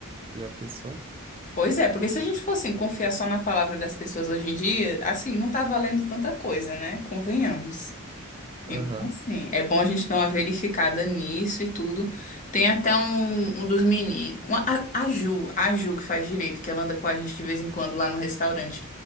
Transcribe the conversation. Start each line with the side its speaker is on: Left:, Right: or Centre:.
Right: já pensou?
Left: Pois é, porque se a gente fosse assim, confiar só na palavra das pessoas hoje em dia, assim, não tá valendo tanta coisa, né? Convenhamos. Então,
Right: Aham,
Left: assim, é bom a gente dar uma verificada nisso e tudo. Tem até um, um dos meninos, uma- a, a Ju, a Ju que faz direito, que ela anda com a gente de vez em quando lá no restaurante.